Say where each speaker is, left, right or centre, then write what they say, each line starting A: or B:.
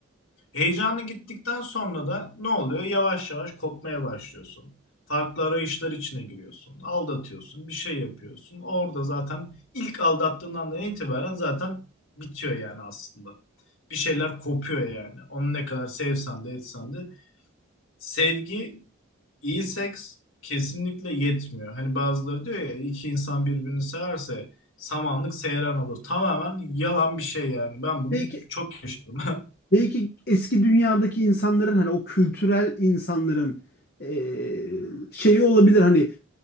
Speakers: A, on the left; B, on the left.
A: Heyecanı gittikten sonra da ne oluyor? Yavaş yavaş kopmaya başlıyorsun. Farklı arayışlar içine giriyorsun. Aldatıyorsun, bir şey yapıyorsun. Orada zaten ilk aldattığın andan itibaren zaten bitiyor yani aslında. Bir şeyler kopuyor yani. Onu ne kadar sevsen de etsen de. Sevgi, iyi seks kesinlikle yetmiyor. Hani bazıları diyor ya iki insan birbirini severse samanlık seyran olur. Tamamen yalan bir şey yani. Ben bunu
B: Belki
A: çok yaşadım. <laughs>
B: belki eski dünyadaki insanların hani o kültürel insanların eee, şeyi olabilir hani